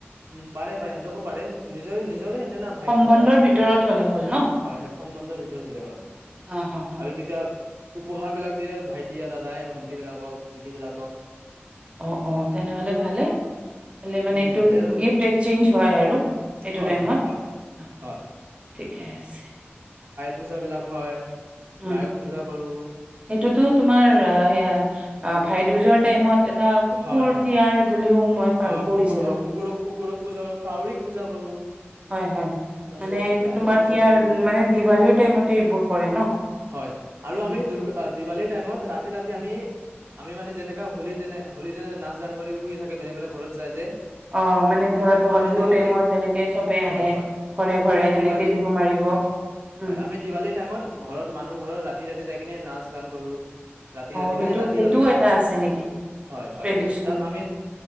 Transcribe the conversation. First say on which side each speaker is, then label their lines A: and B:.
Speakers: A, on the right; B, on the right.
A: উম, পাৰে-পাৰে সিহঁতকো পাৰে, নিজৰে-নিজৰে হেহঁতে না ভাইটি
B: সম্বন্ধৰ
A: দাদা।
B: ভিতৰত হ'লে হ'ল ন
A: হয়, হয় সম্বন্ধৰ ভিতৰত হ'লে হল।
B: অ হ হ
A: আৰু তেতিয়া উপহাৰ বিলাক দিয়ে, ভাইটি দাদাই ভণ্টী বিলাকক। দিদি বিলাকক
B: অ', অ', তেনেহ'লে ভাল <unintelligible> এই ফালে মানে
A: উম
B: এইটো,
A: ভালে আৰু
B: গিফ্ট এক্সেঞ্জ হয় আৰু, সেইটো
A: হয়
B: টাইমত
A: হয় হয়
B: অ
A: হয়
B: ঠিকেই আছে।
A: পূজাবিলাক হয়।
B: উম
A: গায়ক পূজা কৰো।
B: এইটোতো তোমাৰ সেয়া, আ ভাইদোজৰ টাইমত এটা কুকুৰ
A: হয়, হয়।
B: তিয়াৰ
A: অ,
B: বুলিও মই পাৰ পঢ়িছিলো
A: কুকুৰ-কুকুৰক-কুকুৰক পূজা কৰো, কাউৰীক পূজা কৰো। তাৰপিছত
B: হয় হয় মানে এইটো
A: গায়ক
B: তোমাৰ
A: পূজা
B: ইয়াৰ
A: কৰো
B: মানে দিৱালীৰ টাইমতে এইবোৰ কৰে ন
A: হয় আৰু
B: উম
A: আমি দুৰ্গা দিৱালীৰ টাইমত ৰাতি ৰাতি
B: উম।
A: আমি আমি মানে যেনেকা হলি তেনে হলী যেনে নাচ গান কৰি ফুৰি থাকে বেলেগ বেলেগ ঘৰত যায় যে আমি
B: অ মানে ধৰা বহাগ বিহুৰ
A: দিৱালীৰ
B: টাইমত যেনেকে চবে আহে
A: হয় হয়
B: ঘৰে ঘৰে
A: আমি
B: সেনেকে
A: দিৱালী
B: বিহু মাৰিব
A: হয়
B: উম
A: হয় আমি দিৱালী টাইমত ঘৰত মানুহ ঘৰত ৰাতি ৰাতি যাই কিনে নাচ গান কৰো। ৰাতি
B: অ
A: ৰাতি
B: সেইটো
A: মানে ৰাতিলৈকে
B: সেইটোও
A: পুৰা
B: এটা আছে নেকি?
A: হয় হয়
B: ট্ৰেডিচনেল
A: এটো তাক আমি